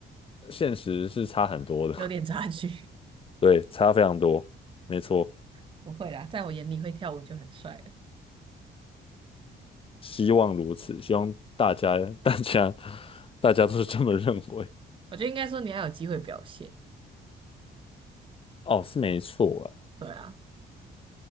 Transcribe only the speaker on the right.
有点差距，
<laughs> 不会啦，在我眼里会跳舞就很帅了。
我觉得应该说你还有机会表现。
对啊，